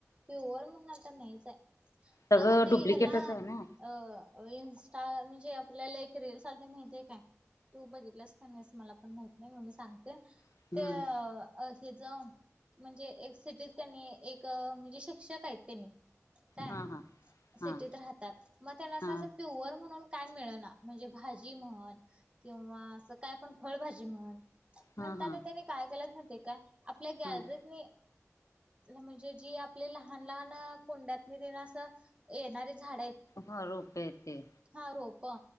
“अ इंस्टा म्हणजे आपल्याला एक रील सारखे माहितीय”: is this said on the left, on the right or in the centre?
Right